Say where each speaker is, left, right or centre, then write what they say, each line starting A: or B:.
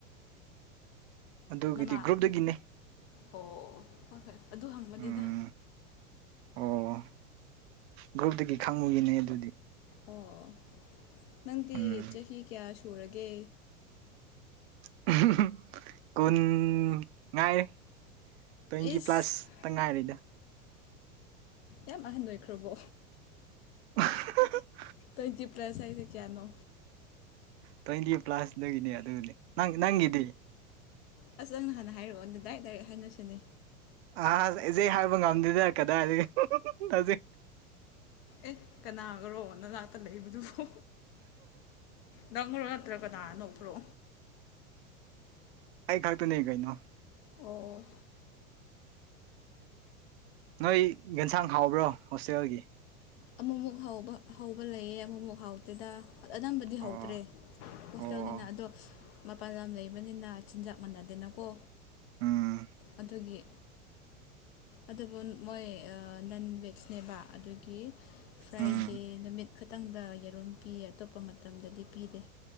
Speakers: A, on the right; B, on the left.
A: ꯑꯗꯨꯒꯤꯗꯤ
B: ꯅꯃꯥ
A: ꯒ꯭ꯔꯨꯞꯇꯒꯤꯅꯦ
B: ꯑꯣ ꯍꯣꯏ ꯍꯣꯏ ꯑꯗꯨ ꯍꯪꯕꯅꯤꯗ
A: ꯎꯝ ꯑꯣ ꯒ꯭ꯔꯨꯞꯇꯒꯤ ꯈꯪꯕꯒꯤꯅꯦ ꯑꯗꯨꯗꯤ
B: ꯑꯣ ꯅꯪꯗꯤ
A: ꯎꯝ
B: ꯆꯍꯤ ꯀꯌꯥ ꯁꯨꯔꯒꯦ
A: <unintelligible> ꯀꯨꯟ ꯉꯥꯏꯔꯦ ꯇ꯭ꯋꯦꯟꯇꯤ
B: ꯏꯁ
A: ꯄ꯭ꯂꯁꯇ ꯉꯥꯏꯔꯤꯗ
B: ꯌꯥꯝ ꯑꯍꯟ ꯑꯣꯏꯈ꯭ꯔꯕꯣ
A: <unintelligible>
B: ꯇ꯭ꯋꯦꯟꯇꯤ ꯄ꯭ꯂꯁ ꯍꯥꯏꯁꯦ ꯀꯌꯥꯅꯣ
A: ꯇ꯭ꯋꯦꯟꯇꯤ ꯄ꯭ꯂꯥꯁꯗꯒꯤꯅꯦ ꯑꯗꯨꯅꯦ ꯅꯪꯒꯤꯗꯤ
B: ꯑꯁ ꯅꯪꯅ ꯍꯥꯟꯅ ꯍꯥꯏꯔꯛꯑꯣ ꯑꯗꯨ ꯗꯥꯏꯔꯦꯛ ꯗꯥꯏꯔꯦꯛ ꯍꯥꯏꯅꯁꯤꯅꯦ
A: ꯑ ꯏꯖꯦꯛ ꯍꯥꯏꯕ ꯉꯝꯗꯦꯗ ꯀꯗꯥꯏꯗꯒꯤ ꯍꯧꯖꯤꯛ
B: ꯑꯦ ꯀꯅꯥꯒꯔꯣ ꯅꯅꯥꯛꯇ ꯂꯩꯕꯗꯨꯕꯨ ꯅꯪꯔꯣ ꯅꯠꯇ꯭ꯔ ꯀꯅꯥ ꯅꯣꯛꯄ꯭ꯔꯣ
A: ꯑꯩ ꯈꯛꯇꯅꯦ ꯀꯩꯅꯣ
B: ꯑꯣ
A: ꯅꯣꯏ ꯌꯦꯟꯁꯥꯡ ꯍꯥꯎꯕ꯭ꯔꯣ ꯍꯣꯁꯇꯦꯜꯒꯤ
B: ꯑꯃꯨꯛꯃꯨꯛ ꯍꯥꯎꯕ ꯍꯧꯕ ꯂꯩꯌꯦ ꯑꯃꯨꯛꯃꯨꯛ ꯍꯥꯎꯇꯦꯗ ꯑꯅꯝꯕꯗꯤ
A: ꯑꯣ
B: ꯍꯧꯗ꯭ꯔꯦ ꯍꯣꯁꯇꯦꯜꯅꯤꯅ
A: ꯑꯣ
B: ꯑꯗꯣ ꯃꯄꯥꯟ ꯂꯝ ꯂꯩꯕꯅꯤꯅ ꯆꯤꯟꯖꯥꯛ ꯃꯥꯟꯅꯗꯦꯅꯀꯣ
A: ꯎꯝ
B: ꯑꯗꯨꯒꯤ ꯑꯗꯨꯕꯨ ꯃꯣꯏ ꯅꯟꯕꯦꯖ ꯅꯦꯕ ꯑꯗꯨꯒꯤ ꯐ꯭ꯔꯥꯏꯗꯦ
A: ꯎꯝ
B: ꯅꯨꯃꯤꯠ ꯈꯤꯇꯪꯗ ꯌꯦꯔꯨꯝ ꯄꯤꯌꯦ ꯑꯇꯣꯞꯄ ꯃꯇꯝꯗꯗꯤ ꯄꯤꯗꯦ